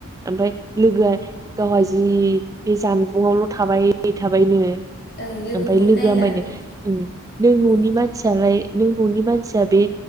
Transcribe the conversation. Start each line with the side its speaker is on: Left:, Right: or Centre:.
Right: ओमफ्राय लोगोआ गावहा जि बे जानबुंआवल' थाबाय थाबायनो
Left: ओ लोगोखौनो
Right: ओमफ्राय लोगोआमनो
Left: नायला आरो
Right: उम नों न'नि
Left: उम
Right: मानसियालाय नों न'नि मानसिया बे